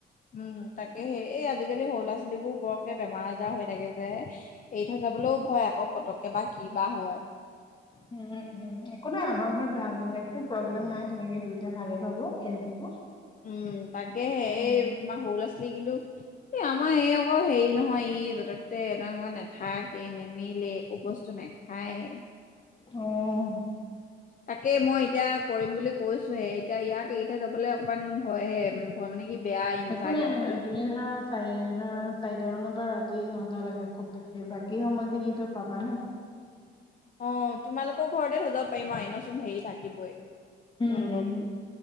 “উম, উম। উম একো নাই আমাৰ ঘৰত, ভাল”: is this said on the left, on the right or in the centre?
Left